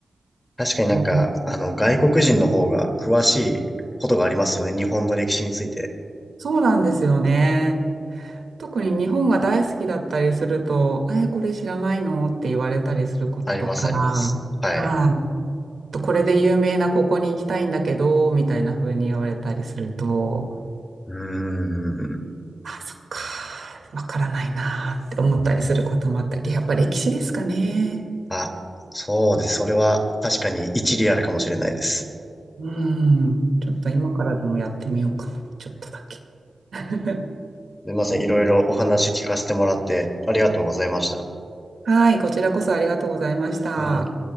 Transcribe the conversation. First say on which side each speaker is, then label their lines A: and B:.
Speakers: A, on the left; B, on the right.
A: 確かになんか、
B: うん
A: あの、外国人の方が詳しいことがありますよね。日本の歴史について。
B: そうなんですよね。特に日本が大好きだったりすると、え、これ知らないのって言われたりすることとか、
A: あります、あります。はい。
B: はいとこれで有名なここに行きたいんだけど、みたいな風に言われたりすると、
A: うーん。
B: あ、そっか、わからないなーって思ったりすることもあったり、やっぱ歴史ですかね。
A: あ、そうです。それは確かに一理あるかもしれないです。す
B: うん、ちょっと今からでもやってみようかな、ちょっとだけ。<laughs>
A: みません。いろいろお話聞かせてもらってありがとうございました。
B: はい、こちらこそありがとうございました。
A: あー